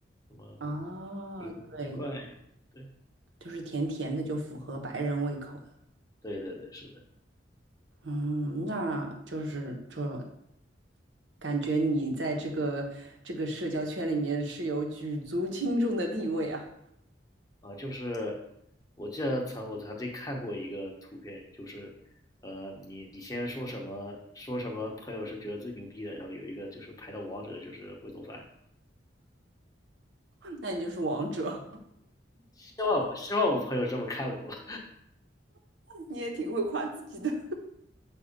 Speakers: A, on the left; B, on the right.
A: 什么
B: 啊，
A: 柠檬鸡块呀
B: 对，
A: 对
B: 就是甜甜的，就符合白人胃口的。
A: 对对对，是的。
B: 嗯，那就是这感觉你在这个这个社交圈里面是有举足轻重的地位啊，
A: 啊，就是我记得曾我曾经看过一个图片，就是呃，你你先说什么说什么朋友是觉得最牛逼的，然后有一个就是排到王者的就是会做饭，
B: <laughs> 那你就是王者，
A: 希望吧，希望我朋友这么看我吧。
B: <laughs> 你也挺会夸自己的。<laughs>